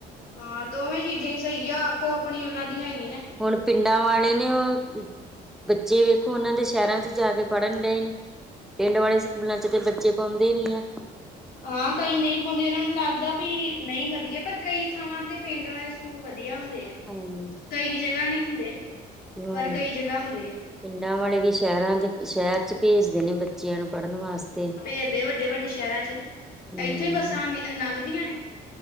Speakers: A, on the left; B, in the centre.
A: ਹਾਂ ਦੋਵੇਂ ਚੀਜ਼ਾਂ ਹੀ ਸਹੀ ਆ ਆਪੋ ਆਪਣੀ ਉਹਨਾਂ ਦੀ ਹੈਗੀ ਨਾ
B: ਹੁਣ ਪਿੰਡਾਂ ਵਾਲੇ ਨੇ ਉਹ ਬੱਚੇ ਵੇਖੋ ਉਹਨਾਂ ਦੇ ਸ਼ਹਿਰਾਂ ਚ ਜਾ ਕੇ ਪੜ੍ਹਨ ਡਏ ਨੇ ਪਿੰਡ ਵਾਲੇ ਸਕੂਲਾਂ ਚ ਤੇ ਬੱਚੇ ਪਾਉਂਦੇ ਨੀ ਹੈ
A: ਹਾਂ ਕਈ ਨਹੀਂ ਪਾਉਂਦੇ ਏਹਨਾਂ ਨੂੰ ਲੱਗਦਾ ਵੀ ਨਹੀਂ ਵਧੀਆ ਪਰ ਕਈ ਥਾਵਾਂ ਤੇ ਪਿੰਡ ਵਾ ਸਕੂਲ ਵਧੀਆ ਹੁੰਦੇ ਏ
B: ਹਾਂ
A: ਕਈ ਜਗਾ ਨਹੀ ਹੁੰਦੇ
B: ਤੇ ਹੁਣ
A: ਪਰ ਕਈ ਜਗਾ ਹੁੰਦੇ ਆ
B: ਪਿੰਡਾਂ ਵਾਲੇ ਵੀ ਸ਼ਹਿਰਾਂ ਦੇ ਸ਼ਹਿਰ ਭੇਜਦੇ ਨੇ ਬੱਚਿਆਂ ਨੂੰ ਪੜਨ ਵਾਸਤੇ
A: ਭੇਜਦੇ ਵੱਡੇ ਵੱਡੇ ਸ਼ਹਿਰਾਂ ਚ ਇੱਥੋਂ
B: ਹੂੰ।
A: ਹੀ ਬੱਸਾਂ ਆਨ ਲੰਘਦੀਆਂ ਨੇ